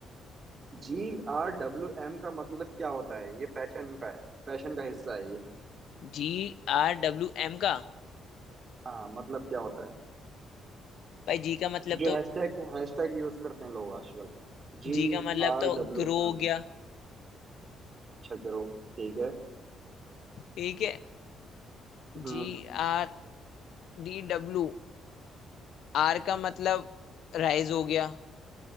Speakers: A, on the right; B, on the left.
A: जी आर डब्ल्यू एम का मतलब क्या होता है ये फैशन का है फैशन का हिस्सा है ये
B: जी आर डब्ल्यू एम का
A: हाँ मतलब क्या होता है
B: भाई जी का मतलब
A: जो
B: तो
A: हैशटैग हैशटैग यूज करते हैं लोग आजकल G
B: जी का मतलब
A: R
B: तो
A: W
B: ग्रो हो
A: M
B: गया
A: अच्छा ग्रो ठीक है
B: ठीक है
A: हम्म
B: G R D W R का मतलब राइज हो गया